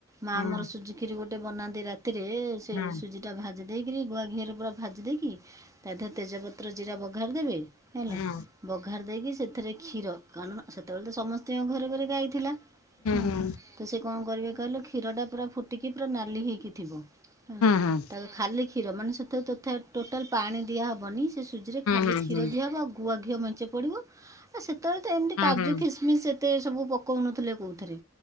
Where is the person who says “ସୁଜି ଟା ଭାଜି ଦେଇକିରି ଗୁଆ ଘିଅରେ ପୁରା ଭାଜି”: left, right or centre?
Right